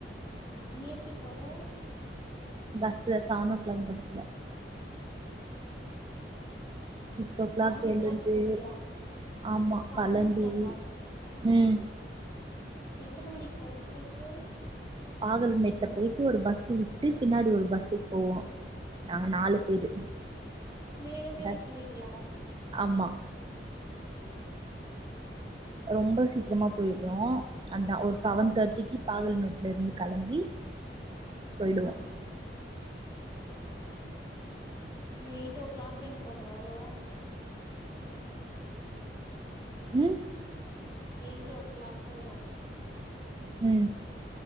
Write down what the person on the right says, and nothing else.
பஸ்ல செவன் ஓ க்ளாக் பஸ்ல six
clock
எழுந்து
ஆமா
கெளம்பி
ம்
பாகல்மேட்டுல போயிட்டு ஒரு பஸ்ஸு விட்டு பின்னாடி ஒரு பஸ்ஸுக் போவோ நாங்க நாலு பேரு
பஸ்
ஆமா
ரொம்ப சீக்கிரமா போயிரோ அதா ஒரு செவன் தேர்ட்டிக்கு பாகல்மேட்ல இருந்து கெளம்பி போயிடுவோ
ம்
ம்